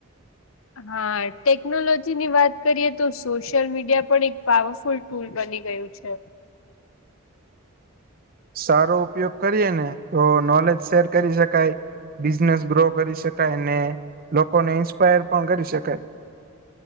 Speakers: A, on the left; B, on the right.
A: હા ટેકનોલોજી ની વાત કરીએ તો સોશિયલ મીડિયા પણ એક પાવરફુલ ફુલ બની ગયું છે.
B: સારો ઉપયોગ કરીએ ને તો નોલેજ શેર કરી શકાય. બિઝનેસ ગ્રો કરી શકાય અને લોકોને ઇન્સ્પાયર પણ કરી શકાય.